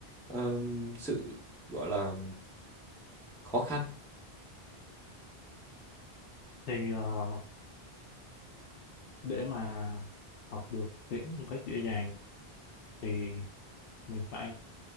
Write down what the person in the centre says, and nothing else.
ờm, sự gọi là khó khăn